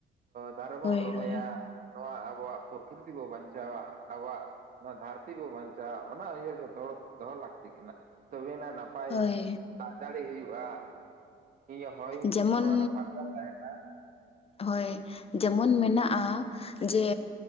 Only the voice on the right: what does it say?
ᱫᱟᱨᱮ ᱵᱚᱱ
ᱨᱚᱦᱚᱭᱟ
ᱱᱚᱣᱟ ᱟᱵᱚᱣᱟᱜ ᱯᱨᱚᱠᱨᱤᱛᱤ ᱵᱚ ᱵᱟᱧᱪᱟᱣᱟ ᱟᱵᱚᱣᱟᱜ ᱱᱚᱣᱟ ᱫᱷᱟᱹᱨᱛᱤ ᱵᱚ ᱵᱟᱧᱪᱟᱜᱼᱟ ᱚᱱᱟ ᱩᱭᱦᱟᱹᱨ ᱡᱷᱚᱛᱚ ᱦᱚᱲ ᱫᱚᱦᱚ ᱞᱟᱹᱠᱛᱤ ᱠᱟᱱᱟ ᱛᱚᱵᱮᱱᱟ ᱱᱟᱯᱟᱭ
ᱱᱟᱯᱟᱭ ᱫᱟᱜ ᱡᱟᱲᱤ ᱦᱩᱭᱩᱜᱼᱟ ᱤᱧᱟᱹᱜ ᱦᱚᱭ ᱦᱤᱸᱥᱤᱫ
ᱠᱚᱱ ᱯᱷᱟᱨᱪᱟ ᱛᱟᱦᱮᱱᱟ